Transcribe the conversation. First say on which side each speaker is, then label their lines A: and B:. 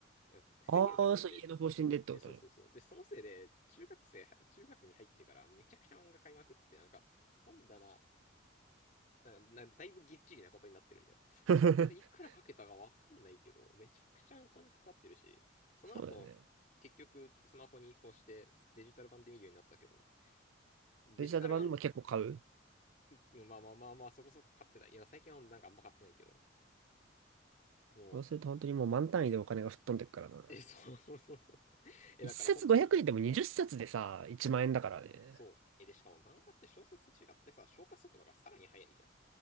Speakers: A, on the left; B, on the right.
A: え制限されてて、
B: ああ、そう、家の方針でってことね。
A: え、そうそうそう。で、そのせいで、中学生、中学に入ってからめちゃくちゃ漫画買いまくって、なんか、本棚、な、な、だいぶぎっちりなことになってるんだよ。
B: <laughs>
A: あれ、いくらかけたかわかんないけど、めちゃくちゃお金かかってるし、その後、
B: そうだよね。
A: 結局、スマホに移行して、デジタル版で見るようになったけど、デジタル版、
B: デジタル版でも結構買う
A: まあまあまあまあ、そこそこ買ってた。今、最近はなんかあんま買ってないけど、もう、
B: そうすると本当にもう満単位でお金が吹っ飛んでっからな。
A: え、そうそうそうそう。<laughs> え、
B: 一冊500円でも20冊でさ、
A: だから本当に、
B: 1万円だからね。
A: そう。え、で、しかも漫画って小説と違ってさ、消化速度がさらに速いじゃん。